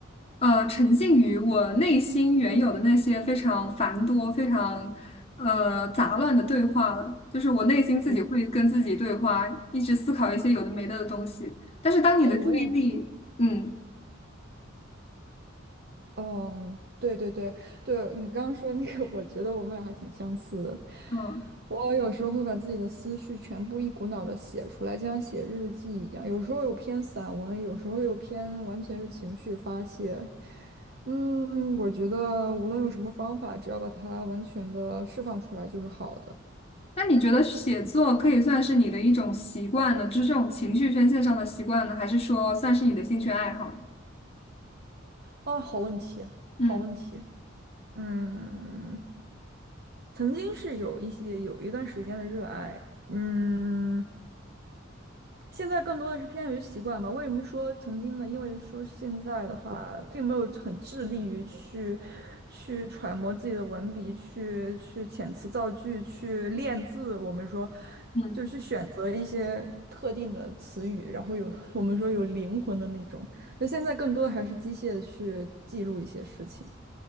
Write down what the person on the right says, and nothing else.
对。
对，我也，
嗯，对对对对，你刚刚说那个，我觉得我们俩还挺相似的。
我有时候会把自己的思绪全部一股脑的写出来，就像写日记一样。有时候又偏散文，有时候又偏完全是情绪发泄。嗯，我觉得无论用什么方法，只要把它完全的释放出来就是好的。
啊，好问题，
好问题。嗯，曾经是有一些有一段时间的热爱，嗯。现在更多的是偏向于习惯吧。为什么说曾经呢？因为说现在的话，并没有很致力于去去揣摩自己的文笔，去去遣词造句，去练字。我们说，
就是去选择一些特定的词语，然后有我们说有灵魂的那种。那现在更多的还是机械的去记录一些事情。